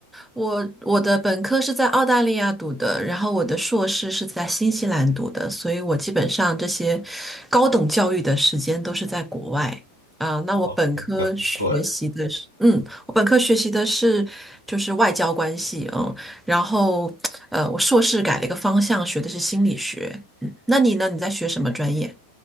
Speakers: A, in the centre; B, on the left.
A: 我我的本科是在澳大利亚读的，然后我的硕士是在新西兰读的，所以我基本上这些高等教育的时间都是在国外啊。那我本科学习的是，
B: 哇，听起来不错哎。
A: 嗯，我本科学习的是就是外交关系，嗯，然后呃，我硕士改了一个方向，学的是心理学。嗯，那你呢？你在学什么专业？